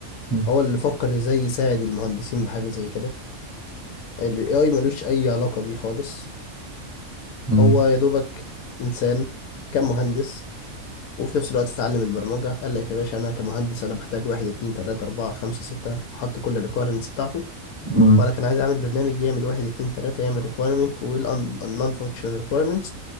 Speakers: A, in the centre; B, on the left (about 85°).
A: م-
B: هو اللي فكر ازاي يساعد المهندسين بحاجه زي كده الاي اي ملوش اي علاقه بيه خالص
A: م-
B: هو يا دوبك انسان كان مهندس وفي نفس الوقت اتعلم البرمجه قال لك يا باشا انا كمهندس انا بحتاج واحد اتنين تلاته اربعه خمسه سته حط كل الريكويرمنتس بتاعته
A: م-
B: ولا كان عايز اعمل برنامج يعمل واحد اتنين تلاته يعمل ريكويرمنت والنون فانكشنال ريكويرمنتس